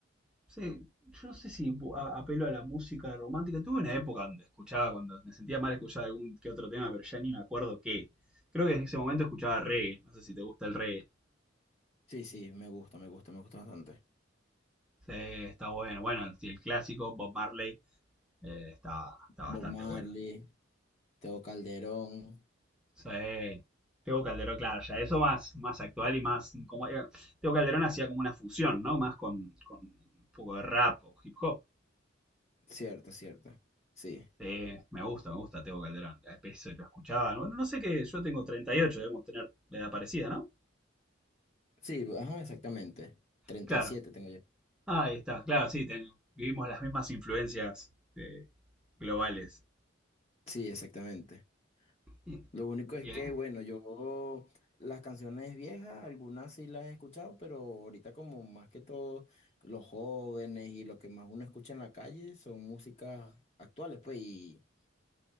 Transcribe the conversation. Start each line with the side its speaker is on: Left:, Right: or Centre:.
Centre: sí, yo no sé si bu- a- apelo a la música romántica. Tuve una época donde escuchaba, cuando me sentía mal escuchaba algún que otro tema, pero ya ni me acuerdo qué. Creo que en ese momento escuchaba reggae, no sé si te gusta el reggae.
Left: Sí, sí, me gusta, me gusta, me gusta bastante.
Centre: Sí, está bueno. Bueno, el, el clásico Bob Marley eh, está, está bastante
Left: Bob Marley.
Centre: bueno.
Left: Teo Calderón.
Centre: Sí. Tego Calderón, claro, ya eso más, más actual y más. Como, eh, Tego Calderón hacía como una fusión, ¿no? Más con, con un poco de rap o hip hop.
Left: Cierto, cierto. Sí.
Centre: Sí, me gusta, me gusta Tego Calderón. A veces lo escuchaba. no no sé qué, yo tengo treinta y ocho debemos tener la edad parecida, ¿no?
Left: Sí, pues, ajá, exactamente. treinta
Centre: Claro.
Left: y siete tengo yo.
Centre: ahí está, claro, sí, ten- vivimos las mismas influencias eh, globales.
Left: Sí, exactamente.
Centre: Y-
Left: Lo único es
Centre: y,
Left: que,
Centre: eh,
Left: bueno, yo las canciones viejas, algunas sí las he escuchado, pero ahorita como más que todo los jóvenes y lo que más uno escucha en la calle son músicas actuales, pues, y,